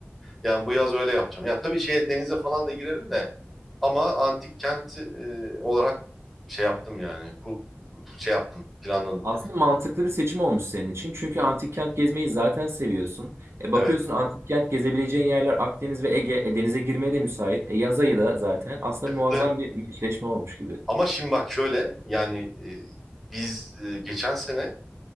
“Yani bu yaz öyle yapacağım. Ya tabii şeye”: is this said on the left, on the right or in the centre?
Centre